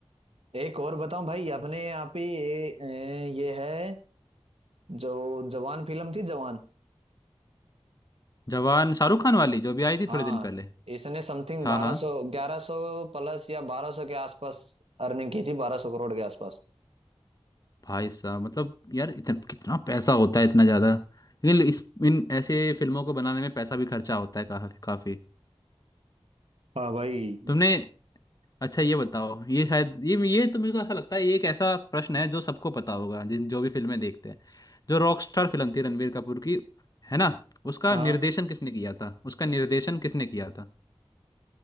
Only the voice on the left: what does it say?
जवान शाहरुख खान वाली जो भी आई थी
थोड़े दिन पहले
हाँ
हाँ
भाई साहब मतलब यार इतना कितना पैसा होता है इतना ज्यादा लेकिन इस इन ऐसे फिल्मों को बनाने में पैसा भी खर्चा होता है काफी काफी
तुमने अच्छा ये बताओ ये शायद ये ये तो मेरे को ऐसा लगता है ये एक ऐसा प्रश्न है जो सबको पता होगा जिन जो भी फिल्में देखते हैं जो रॉकस्टार फिल्म थी रणबीर कपूर की है ना उसका
निर्देशन किसने किया था उसका निर्देशन किसने किया था